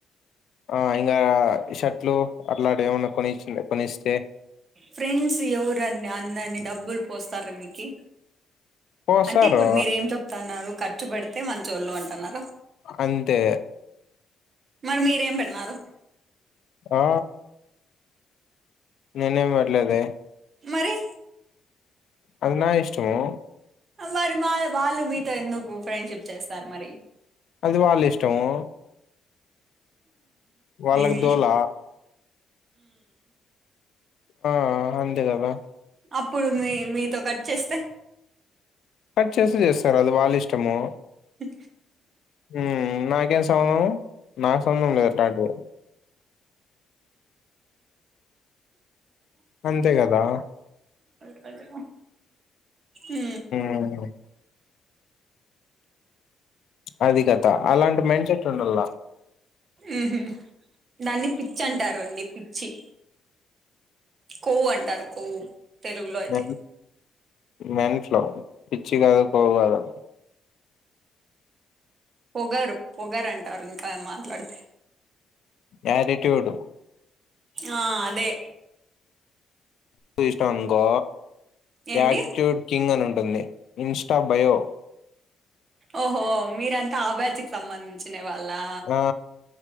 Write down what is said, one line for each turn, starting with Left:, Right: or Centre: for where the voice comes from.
Left: ఆ ఇంగా షర్ట్లు అట్లాంటి ఏమన్నా కొని కొనిస్తే
Right: ఫ్రెండ్స్ ఎవరండి అన్నన్ని డబ్బులు పోస్తారు మీకు
Left: పోస్తారు
Right: అంటే ఇప్పుడు మీరేం చెప్తన్నారు ఖర్చు పెడితే మంచోళ్ళు అంటన్నారా
Left: అంతే
Right: మరి మీరేం పెట్న్నారు
Left: ఆ నేనేం పెట్లేదే
Right: మరి
Left: అది నా ఇష్టము
Right: మరి మా వాళ్ళు మీతో ఎందుకు ఫ్రెండ్షిప్ చేస్తారు మరి
Left: అది వాళ్ళ ఇష్టము వాళ్ళకి
Right: ఈ ఉమ్
Left: దోల ఆ అంతే కదా
Right: అప్పుడు మీ మీతో కట్ చేస్తే
Left: కట్ చేస్తే చేస్తారు అది వాళ్ళ ఇష్టము
Right: అ
Left: ఊ నాకేం సంబంధం నాకు సంబంధం లేదు అట్టమ్ టివి అంతే కదా
Right: కదా ఊ
Left: ఆ అది కత అలాంటి మైండ్ సెట్ ఉండల్లా
Right: ఉహు దాన్ని పిచ్చి అంటరండి పిచ్చి కొవ్వంటారు కొవ్వు తెలుగులో అయితే
Left: మె మెంట్లు పిచ్చి కాదు కోవు కాదు
Right: పొగరు పొగరు అంటారు ఇంకా మాట్లాడితే
Left: యాటిట్యూడు
Right: ఆ అదే
Left: యో చూసినవ్ అనుకో
Right: ఏంటి
Left: యాటిట్యూడ్ కింగ్ అని ఉంటుంది ఇన్స్టా బయో
Right: ఓహో మీరంతా ఆ బ్యాచ్ కి సంబంధించి వాళా
Left: ఆ